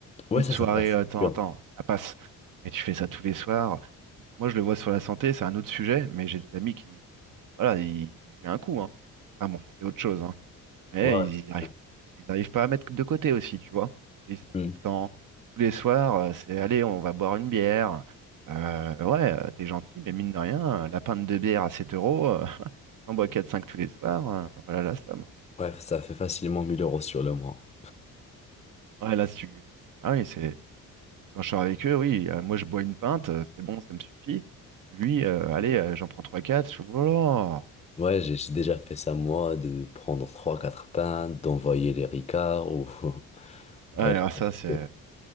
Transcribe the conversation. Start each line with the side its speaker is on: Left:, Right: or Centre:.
Left: Ouais,
Right: une
Left: ça,
Right: soirée
Left: ça passe.
Right: euh,
Left: c'est
Right: de temps
Left: sûr.
Right: en temps, ça passe. Mais tu fais ça tous les soirs. Moi, je le vois sur la santé, c'est un autre sujet, mais j'ai des amis qui, voilà, ils, ils ont pris un coup, hein. Enfin bon, c'est autre chose, hein. Mais
Left: Ouais, ouais,
Right: ils
Left: c'est
Right: arrivent,
Left: sûr.
Right: ils arrivent pas à mettre de côté aussi, tu vois. Parce qu'ils sortent
Left: Hmm.
Right: tout le temps, tous les soirs, euh, c'est allez, on va boire une bière. Euh, ouais, euh, t'es gentil, mais mine de rien, euh, la pinte de bière à 7 euros, euh, <laughs> t'en bois quatre cinq tous les soirs, euh, voilà la somme.
Left: Ouais, ça fait facilement 1000 euros sur le mois.
Right: Ouais, là, si tu... Ah oui, c'est... Quand je sors avec eux, oui, euh, moi je bois une pinte, euh, c'est bon, ça me suffit. Lui, euh, allez, euh, j'en prends trois quatre je fais, oh là là.
Left: Ouais, j'ai j'ai déjà fait ça moi, de prendre trois quatre pains, d'envoyer les ricards ou... <laughs>
Right: Ouais,
Left: Ouais,
Right: alors ça,
Left: c'est
Right: c'est...
Left: sûr.